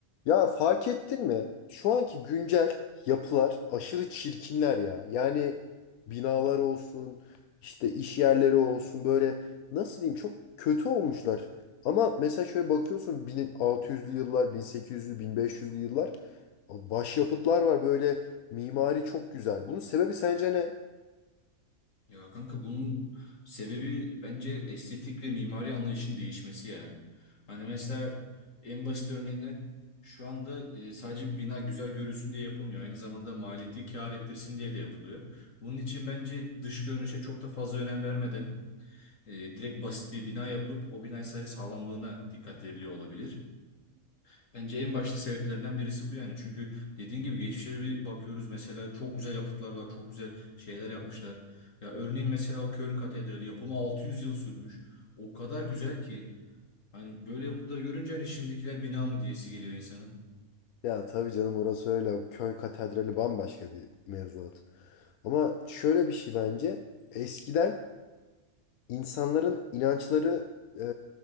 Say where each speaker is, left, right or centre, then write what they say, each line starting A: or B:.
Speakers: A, on the left; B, on the left.
A: Ya fark ettin mi? Şu anki güncel yapılar aşırı çirkinler ya. Yani binalar olsun, işte iş yerleri olsun böyle nasıl diyeyim çok kötü olmuşlar. Ama mesela şöyle bakıyorsun 1600'lü yıllar, 1800'lü, 1500'lü yıllar başyapıtlar var böyle mimari çok güzel. Bunun sebebi sence ne?
B: Ya kanka bunun sebebi bence estetik ve mimari anlayışın değişmesi ya. Hani mesela en basit örneğinden şu anda e, sadece bir bina güzel görülsün diye yapılmıyor. Aynı zamanda maliyeti kâr ettirsin diye de yapılıyor. Bunun için bence dış görünüşe çok da fazla önem vermeden e, direkt basit bir bina yapıp o bina sadece sağlamlığına dikkat veriliyor olabilir. Bence en başta sebeplerinden birisi bu yani. Çünkü dediğin gibi geçmişe bir bakıyoruz mesela çok güzel yapıtlar var, çok güzel şeyler yapmışlar. Ya örneğin mesela o Köln Katedrali yapımı 600 yıl sürmüş. O kadar güzel ki hani böyle yapıtları görünce hani şimdikiler bina mı diyesi geliyor insanın.
A: Ya tabii canım orası öyle. O Köy katedrali bambaşka bir mevzuat. Ama şöyle bir şey bence. Eskiden insanların inançları e,